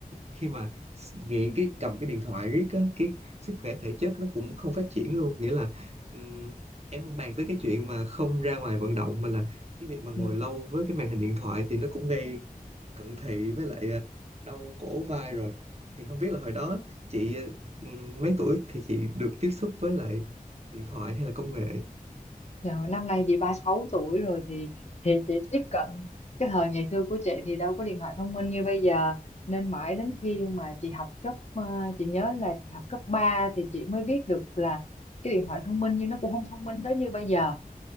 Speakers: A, on the right; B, on the left.
A: khi mà s- nghiện cái cầm cái điện thoại riết á cái sức khỏe thể chất nó cũng không phát triển luôn nghĩa là ừm, em không bàn tới cái chuyện mà không ra ngoài vận động mà là cái việc mà ngồi
B: Ừ.
A: lâu với cái màn hình điện thoại thì nó cũng gây cận thị với lại ờ, đau cổ vai rồi thì không biết là hồi đó chị ờ, ừm, mấy tuổi thì chị được tiếp xúc với lại điện thoại hay là công nghệ
B: Rồi, năm nay chị 36 tuổi rồi thì thì chị tiếp cận cái thời ngày xưa của chị thì đâu có điện thoại thông minh như bây giờ nên mãi đến khi mà chị học cấp ờ, chị nhớ là chị học cấp 3 thì chị mới biết được là cái điện thoại thông minh nhưng nó cũng không thông minh tới như bây giờ